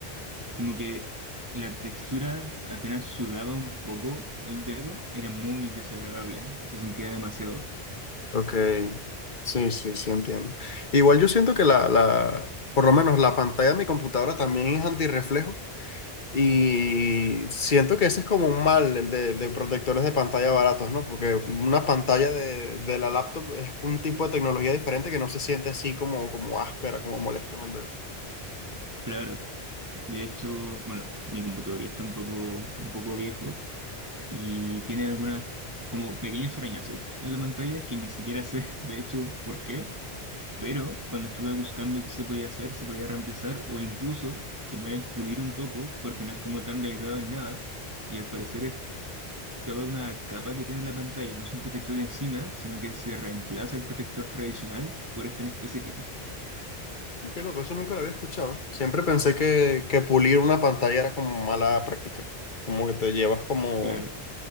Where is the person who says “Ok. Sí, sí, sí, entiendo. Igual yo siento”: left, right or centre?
Left